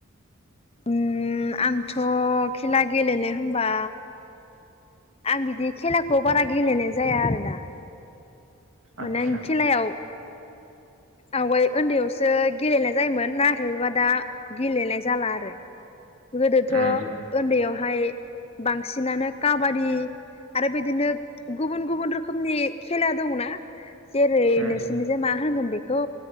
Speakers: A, on the left; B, on the right.
A: उम आंथ खेला गेलेनो होनबा आं बिदि खेलाखौ बारा गेलेनाय जाया आरोना। माने
B: आदसा
A: आं खेलायाव आवगाय ओन्दैयावसो गेलेनाय जायोमोन नाथायबा दा गेलेनाय जाला आरो गोदोथ
B: उम
A: ओन्दैयाव फाय बांसिनानो काबादि आरो बिदिनो गुबुन गुबुन रोखोमनि खेला दङना? जेरै
B: उम
A: नोंसोरनिजाय मा मा होनगोन बेखौ